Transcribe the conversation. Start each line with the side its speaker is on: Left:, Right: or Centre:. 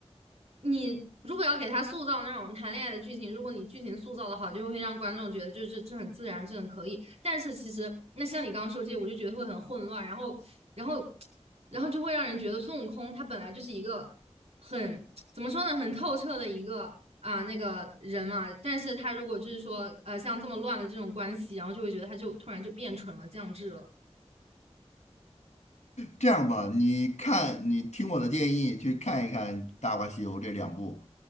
Right: 你如果要给他塑造那种谈恋爱的剧情，如果你剧情塑造的好，就会让观众觉得就是这很自然，这很可以。但是其实那像你刚刚说这些，我就觉得会很混乱，然后然后然后就会让人觉得孙悟空他本来就是一个很怎么说呢，很透彻的一个啊、那个人嘛。但是他如果就是说呃像这么乱的这种关系，然后就会觉得他就突然就变蠢了，降智了。
Left: 这样吧，你看，你听我的建议，去看一看《大话西游》这两部，